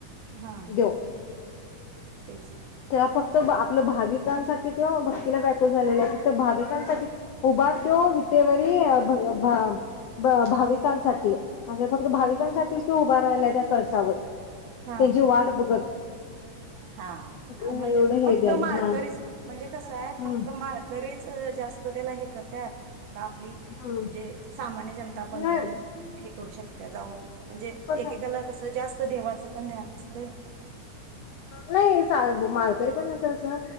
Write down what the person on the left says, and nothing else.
देव
त्याला फक्त ब आपलं भावी.... भक्तांसाठी त्यो भक्तीला व्याकुळ झालेला आहे फक्त भाविकांसाठी उभा त्यो विटेवरी भग भा भा भाविकांसाठीये अगं फक्त भाविकांसाठीच त्यो उभा राहिलाय त्या... कळसावर
त्यांची वाट बघत
एवढं
हे द्या
हा
हम्म
हम्म
नाही
कसा
नाही सा माळकरी पण अस असं